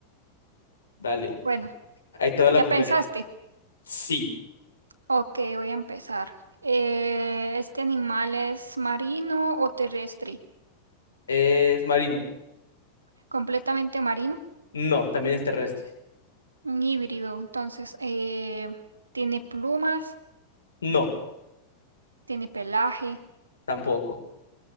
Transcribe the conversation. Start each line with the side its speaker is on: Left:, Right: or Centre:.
Left: dale.
Right: Bueno,
Left: Ahí te va la
Right: ¿ya
Left: primera.
Right: pensaste?
Left: Sí.
Right: Ok, voy a empezar. Eh, ¿este animal es marino o terrestre?
Left: ¿Es marino?
Right: Completamente marino,
Left: No, también es terrestre.
Right: un híbrido. Entonces, eh, ¿tiene plumas?
Left: No,
Right: ¿Tiene pelaje?
Left: tampoco.